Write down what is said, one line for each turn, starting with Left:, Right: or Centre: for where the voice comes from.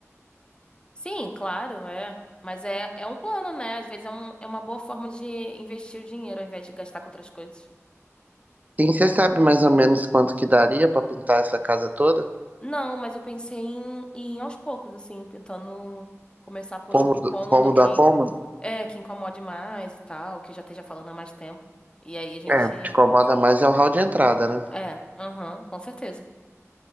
Left: Sim, claro, é. Mas é, é um plano, né? Às vezes é, um, é uma boa forma de investir o dinheiro ao invés de gastar com outras coisas.
Right: Sim, você sabe mais ou menos quanto que daria pra pintar essa casa toda?
Left: Não, mas eu pensei em, em aos poucos, assim, pintando, começar por
Right: Cômodo,
Left: algum cômodo
Right: como
Left: que
Right: da forma?
Left: é, que incomode mais e tal, que eu já esteja falando há mais tempo. E aí a gente.
Right: É, o que te incomoda mais é o hall de entrada, né?
Left: É, aham, com certeza.